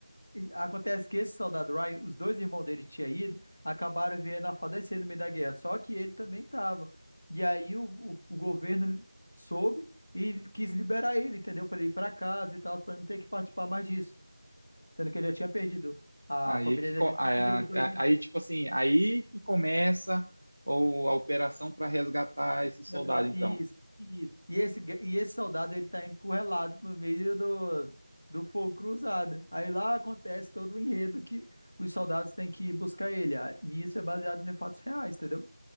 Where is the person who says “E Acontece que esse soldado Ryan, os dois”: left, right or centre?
Left